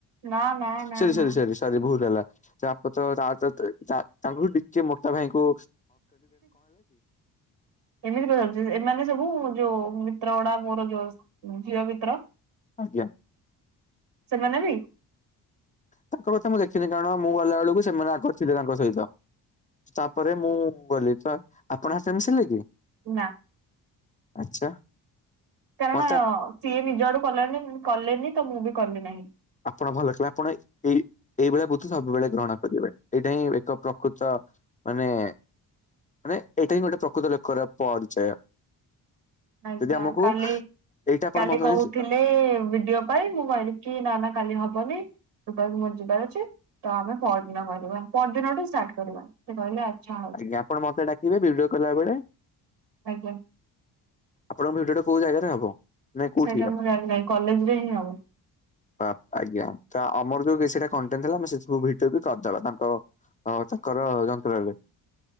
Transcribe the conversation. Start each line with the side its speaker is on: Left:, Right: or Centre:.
Right: ନା ନା ନା
Left: ସରି
Right: ନା।
Left: ସରି ସରି ଭୁଲ ଲ ହେଇଗଲା। <unintelligible> ତ ଭାଇଙ୍କୁ
Right: ଏମିତି ପଚାରୁଚି। ଏମାନେ ସବୁ ଯୋଉ ମିତ୍ର ଗୁଡାକ ମୋର ଯୋଉ ଝିଅ ମିତ୍ର
Left: ଆଜ୍ଞା
Right: ସେମାନେ ବି?
Left: ତାଙ୍କ କଥା ମୁଁ ଦେଖିନି କାରଣ ମୁଁ ଗଲା ବେଳକୁ ସେମାନେ ଆଗରେ ଥିଲେ ତାଙ୍କ ସହିତ ତାପରେ ମୁଁ ଗଲି ତ ଆପଣ ହାତରେ ମିଶେଇଲେ କି?
Right: ନା
Left: ଆଚ୍ଛା।
Right: କାରଣ
Left: ମତେ
Right: ସିଏ ନିଜ ଆଡୁ କଲାନି କଲେନି ତ ମୁଁ ବି କଲିି ନାହିଁ।
Left: ଆପଣ ଭଲ କଲେ ଆପଣ ଏଇ ଏଇଭଳିଆ ବୁଦ୍ଧି ସବୁବେଳେ ଗ୍ରହଣ କରିବେ। ଏଇଟା ହିଁ ଏକ ପ୍ରକୃତ ମାନେ ମାନେ ଏଇଟା ହିଁ ଗୋଟେ ପ୍ରକୃତ ଲୋକର ପରିଚୟ।
Right: ଆଜ୍ଞା
Left: ଯଦି ଆମକୁ
Right: କାଲି
Left: ଏଇଟା ଆପଣ
Right: କାଲି
Left: ମନେ
Right: କହୁଥିଲେ
Left: ଆଜ୍ଞା
Right: ବିଡିଓ ପାଇଁ ମୁଁ କହିଲି କିି ନା ନା କାଲି ହବନି <unintelligible> ମୋର ଯିବାର ଅଛି ତ ଆମେ ପଅରଦିନ କରିବା ପଅରଦିନଠୁ ଷ୍ଟାର୍ଟ କରିବା ସେ କହିଲେ ଆଚ୍ଛା ହଉ
Left: ଆଜ୍ଞା ଆପଣ ମତେ ଡାକିବେ ଭିଡିଓ କଲା ବେଳେ।
Right: ଆଜ୍ଞା।
Left: ଆପଣଙ୍କ ଭିଡିଓ ଟା କୋଉ ଜାଗାରେ ହବ? ନାଇଁ କୋଉଠି
Right: ସେଇଟା
Left: ହେ?
Right: ମୁଁ ଜାଣିନାହିଁ କଲେଜରେ ହିଁ ହବ
Left: ଅ ଆଜ୍ଞା ତ ଆମର ଯୋଉ କି ସେଟା କଣ୍ଟେଣ୍ଟ ଥିଲା ଆମେ ସେ ସବୁ ଭିଡିଓ ବି କରିଦେବା ତାଙ୍କ ଅ ତାଙ୍କର ଯନ୍ତ୍ରରେ